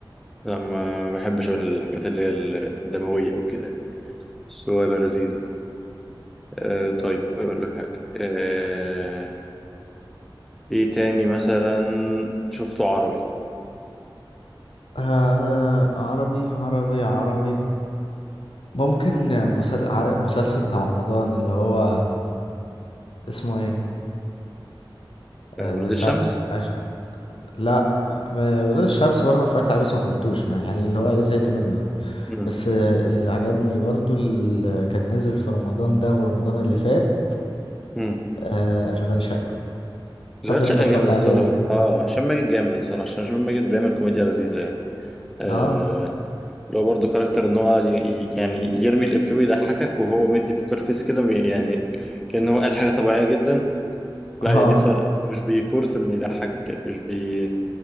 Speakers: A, in the centre; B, on the left (about 85°).
A: لا ما بحبش الحاجات اللي هي الدمويه وكده يعني. بس هو يبقى لذيذ آه طيب أقول لك حاجة آه إيه تاني مثلا شفته عربي
B: آه عربي عربي عربي ممكن مسل... عر... مسلسل بتاع رمضان اللي هو اسمه ايه
A: آه
B: آه
A: ولاد
B: ثاني
A: الشمس
B: أش... لا ما- ولاد الشمس برضه انا اتفرجت عليه بس ما كملتوش ما- يعني اللي هو ايه زهقت منه أوي.
A: مم.
B: بس آه، اللي عجبني برضه اللي كان نازل في رمضان ده ورمضان اللي فات
A: مم.
B: آه اشغال شقة
A: اشغال
B: اعتقد إن
A: شقة
B: انت اتفرجت
A: جامد الصراحة
B: عليه
A: اه هشام ماجد جامد الصراحة عشان هشام ماجد بيعمل كوميديا لذيذة يعني آه
B: اه
A: لو برضه كاركتر إن هو ي- يعني يرمي الإفيه ويضحكك وهو مدي بوكر فيس كده بي- يعني كأنه هو قال حاجة طبيعية جدا
B: اه
A: لا يا دي الصراحة مش بيفورس إن يضحكك يعني مش بي